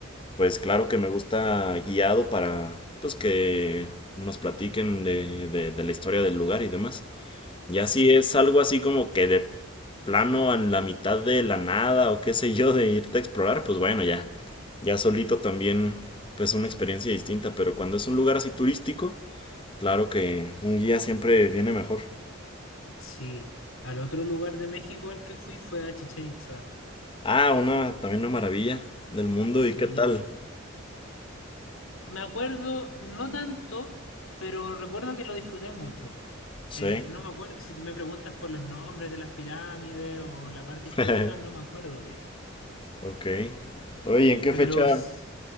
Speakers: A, on the left; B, on the left.
A: pues claro que me gusta guiado para, pues que nos platiquen de, de, de la historia del lugar y demás. Ya
B: Sí,
A: si es algo así como que de plano en la mitad de la nada o qué sé yo de irte a explorar, pues bueno, ya, ya solito también pues una experiencia distinta, pero cuando es un lugar así turístico, claro que un guía siempre viene mejor.
B: sí. Al otro lugar de México al que fui fue a Chichén Itzá.
A: Ah, una también una maravilla del mundo
B: Sí.
A: y qué tal.
B: Me acuerdo, no tanto, pero recuerdo que lo disfruté mucho.
A: Sí.
B: Eh, no me acuerdo, si tú me preguntas por los nombres de las pirámides o la parte histórica,
A: <laughs>
B: no me acuerdo bien.
A: Ok. Oye, ¿y ¿en qué
B: Pero,
A: fecha?
B: s-